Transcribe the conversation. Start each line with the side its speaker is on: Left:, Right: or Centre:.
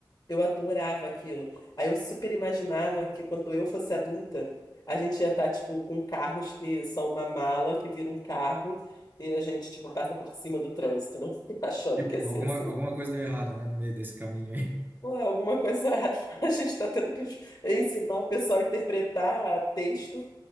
Left: Eu adorava aquilo. Aí eu super imaginava que quando eu fosse adulta, a gente ia estar, tipo, com carros que são uma mala que vira um carro e a gente, tipo, passa por cima do trânsito, não? <laughs> Achando
Right: Tipo,
Left: que ia ser
Right: alguma,
Left: assim.
Right: alguma coisa deu errada, né, no meio desse caminho aí.
Left: Pô, alguma coisa <laughs> a gente está tendo que ensinar o pessoal a interpretar texto